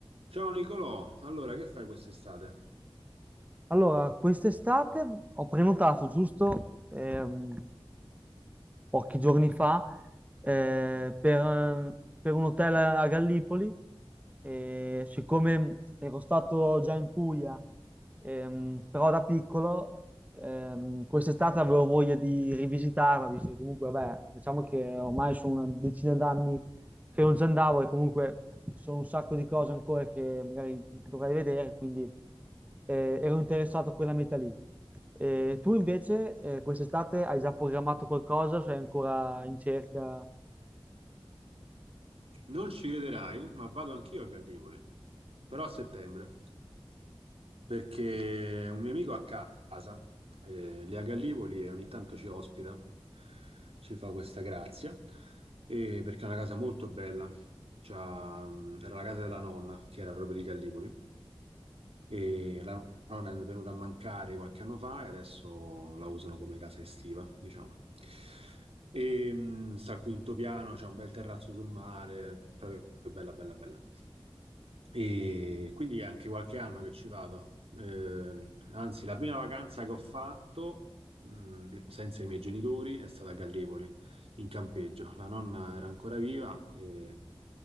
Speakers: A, on the right; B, on the right.
A: Ciao Nicolò, allora che fai quest'estate?
B: Allora, quest'estate ho prenotato giusto ehm, pochi giorni fa eh, per, per un hotel a Gallipoli e siccome ero stato già in Puglia, ehm, però da piccolo, ehm, quest'estate avevo voglia di rivisitarla, visto che comunque, vabbè, diciamo che ormai sono una decina d'anni che non ci andavo e comunque sono un sacco di cose ancora che magari dovrei vedere, quindi eh, ero interessato a quella meta lì. Eh, tu invece eh, quest'estate hai già programmato qualcosa, sei ancora in cerca
A: Non ci crederai, ma vado anch'io a Gallipoli, però a settembre, perché un mio amico a casa, eh, lì a Gallipoli, e ogni tanto ci ospita, ci fa questa grazia, e perché è una casa molto bella, C'ha, mh, era la casa della nonna, che era proprio di Gallipoli, e la nonna è venuta a mancare qualche anno fa e adesso la usano come casa estiva, diciamo. E, mh, sta al quinto piano, c'è un bel terrazzo sul mare, proprio bella, bella, bella. E quindi è anche qualche anno che ci vado. Eh, anzi, la prima vacanza che ho fatto, mh, senza i miei genitori, è stata a Gallipoli, in campeggio. La nonna era ancora viva e,